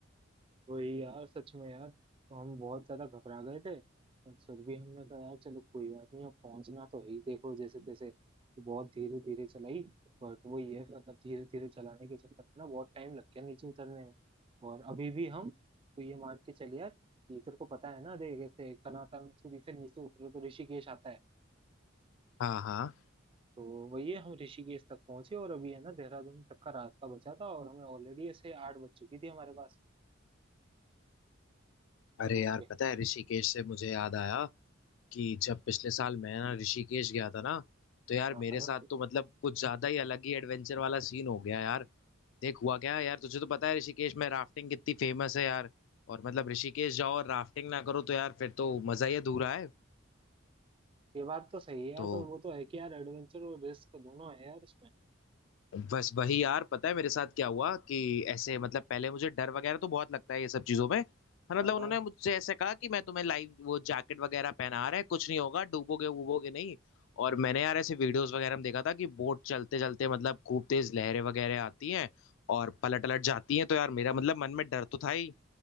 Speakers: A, on the right; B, on the left.
A: वही यार सच में यार तो हम बहुत ज्यादा घबरा गए थे पर फिर भी हमने कहा यार चलो कोई बात नहीं अब पहुंचना तो है ही देखो जैसे तैसे तो बहुत धीरे धीरे चलाई बट वो ये है, मतलब धीरे धीरे चलाने के चक्कर में ना बहुत टाइम लग गया नीचे उतरने में और अभी भी हम तो ये मान के चलिए यार कि तेरे को पता है ना देख ऐसे कनातन सूरी से नीचे उतरो तो ऋषिकेश आता है
B: हाँ हाँ
A: तो वही है हम ऋषिकेश तक पहुंचे और अभी है ना देहरादून तक का रास्ता बचा था और हमें ऑलरेडी ऐसे आठ बज चुकी थी हमारे पास
B: अरे
A: तो
B: यार पता है ऋषिकेश से मुझे याद आया कि जब पिछले साल मैं ना ऋषिकेश गया था ना तो यार
A: हाँ
B: मेरे
A: हाँ
B: साथ तो मतलब कुछ ज्यादा ही अलग ही एडवेंचर वाला सीन हो गया यार देख हुआ क्या है यार तुझे तो पता है ऋषिकेश में राफ्टिंग कितनी फेमस है यार और मतलब ऋषिकेश जाओ और राफ्टिंग ना करो तो यार फिर तो मजा ही अधूरा है
A: ये बात तो सही है यार
B: तो
A: पर वो तो है कि यार एडवेंचर और रिस्क दोनों है यार उसमें
B: बस वही यार पता है मेरे साथ क्या हुआ कि ऐसे मतलब पहले मुझे डर वगैरह तो बहुत लगता है ये सब चीजों में हाँ
A: हाँ
B: मतलब
A: हाँ
B: उन्होंने मुझसे ऐसे कहा कि मैं तुम्हें लाइव वो जैकेट वगैरह पहना रहे हैं कुछ नहीं होगा डूबोगे वूबोगे नहीं और मैंने यार ऐसे वीडियोस वगैरह में देखा था कि बोट चलते चलते मतलब खूब तेज लहरें वगैरह आती हैं और पलट पलट जाती हैं तो यार मेरा मतलब मन में डर तो था ही